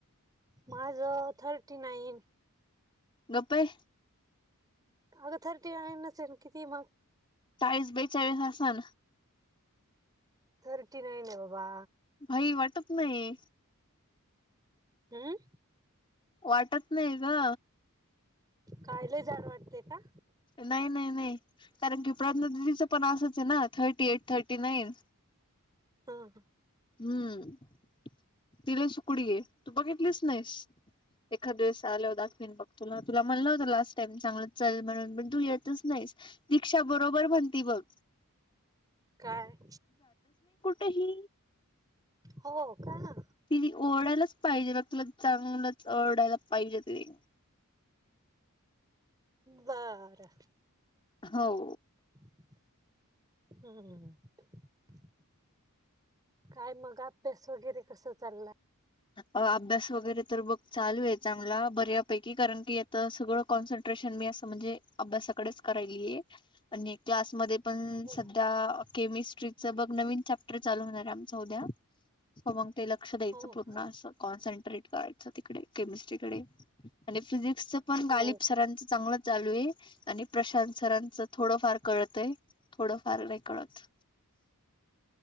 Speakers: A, on the right; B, on the left.
A: माझं थर्टी नाईन.
B: गप्पे.
A: अगं थर्टी नाईनच हायना कितीय मग?
B: चाळीस बेचाळीस अस ना.
A: थर्टी नाईन आहे बाबा.
B: भाई वाटत नाही.
A: हम्म.
B: वाटत नाही ग.
A: काय लई जाड वाटते का?
B: नाही नाही नाही कारण की प्रज्ञा दिदीचं पण असच आहे ना थर्टी एट थर्टी नाईन.
A: हा.
B: हम्म तिला सुकडी आहे तू बघितलीस. नाईस एखाद वेळेस आल्यावर दाखवीन बघ तुला तुला म्हणल होत लास्ट त्यांनी चांगलं चल म्हणून पण तू येतच नाहीस रिक्षा बरोबर म्हणती बघ
A: काय?
B: त ही.
A: हो का
B: तिरी ओढायलाच पाहिजे बघ तुला चांगलंच ओरढायला पाहिजे तिरी
A: बरं.
B: हो.
A: हम्. काय मग अभ्यास वगैरे कस चाललाय?
B: अभ्यास वगैरे तर बघ चालूये चांगला बऱ्या पैकी कारण की तर सगळं कॉन्सन्ट्रेशन मी असं म्हणजे अभ्यासाकडेच करायली गेलीय आणि क्लासमध्ये पण
A: हो
B: सध्या केमिस्ट्रीच बघ नवीन चॅप्टर चालू होणार आहे आमच उद्या सो मग ते लक्षात
A: हो
B: पुन्हा
A: का
B: असं कॉन्सन्ट्रेट करायच तिकडे केमिस्ट्री कडे आणि फिजिक्सच पण
A: हो
B: गालिब सरांचं चांगलं चालू आहे. आणि प्रशांत सरांचं थोडंफार कळतंय थोडंफार नाही कळत